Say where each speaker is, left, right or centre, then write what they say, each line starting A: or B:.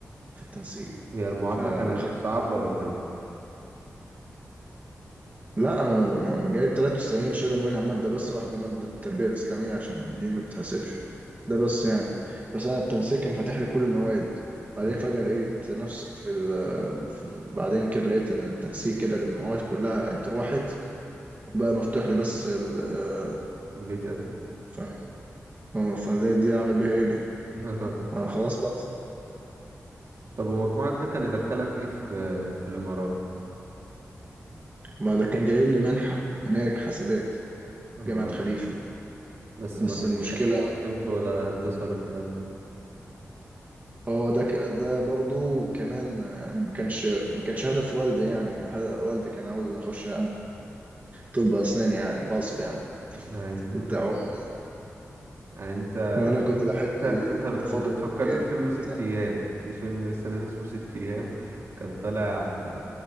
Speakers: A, on the right (about 30°); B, on the right (about 65°).
A: في التنسيق
B: هي المعادلة
A: فأخدت
B: كانت صعبة ولا ايه
A: لا انا أنا جايب 93 شالوا منها ماده بس واحده ماده التربيه الاسلاميه عشان دي ما بتحسبش ده بس يعني بس انا التنسيق كان فاتح لي كل المواد بعدين
B: مم.
A: فجاه لقيت نفسي في, ال... في بعدين كده لقيت إن التنسيق كده المواد كلها اتروحت وبقى مفتوح لي بس الاداب
B: كلية آداب
A: ف... آه، فده دي اعمل بيها ايه دي
B: <laughs>
A: فخلاص بقى
B: طب ومجموعك ده كان يدخلك ايه في في الامارات
A: ما ده كان جاي لي منحه هناك حاسبات
B: اه
A: جامعه خليفه
B: بس
A: بس
B: ما كانش
A: المشكله
B: قدامك طب ولا هندسة ولا الكلام ده
A: هو ده ك- ده برضو كمان يعني ما كانش ما كانش هدف والدي يعني هدف والدي كان عاوز اخش طب اسنان يعني غصب يعني
B: ايوه
A: <laughs> بتاع عمره
B: <laughs>
A: يعني
B: يعني انت
A: ما انا
B: ش...
A: كنت بحب
B: انت
A: التفاضل
B: انت ب... انت بتفكرني
A: التكامل
B: في فيلم ست
A: وبتاع
B: ايام في فيلم لسه نازل اسمه ست ايام كان طالع